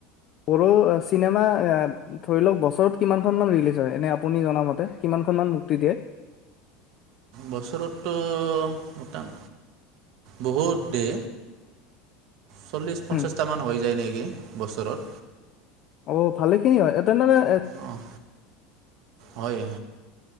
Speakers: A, on the left; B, on the right.
A: বড়ো চিনেমা এয়া ধৰি লওক বছৰত কিমানখমান ৰিলিজ হয়, এনে আপুনি জনামতে কিমান খন মান মুক্তি দিয়ে?
B: বছৰতটো মোতাঙ বহুত দে, চল্লিছ পঞ্চাছটা
A: হুম
B: মান হৈ যায় নেকি বছৰত।
A: অঁ' ভালেখিনি হয়, এ তেনে হ'লে-
B: অঁ' হয়।